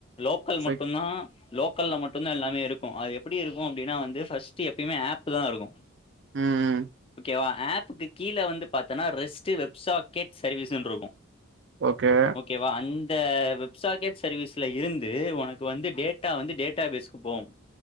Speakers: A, on the left; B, on the right.
A: லோக்கல் மட்டுந்தா
B: செக்
A: லோக்கல்ல மட்டுந்தா எல்லாமே இருக்கு அது எப்பிடி இருக்கு அப்டினா வந்து ஃபர்ஸ்ட்டு எப்பயுமே ஆப்பு தா இருக்கு
B: ம்
A: ஓகேவா ஆப்புக்கு கீழ வந்து பாத்தனா ரெஸ்ட்டு வெப்சாக்கெட் சர்வீஸுன்ருக்கு
B: ஓகே
A: ஓகேவா அந்தவு சாக்கெட் சர்வீஸ்ல இருந்து ஒனக்கு வந்து டேட்டா வந்து டேட்டா பேஸ்க்கு போவு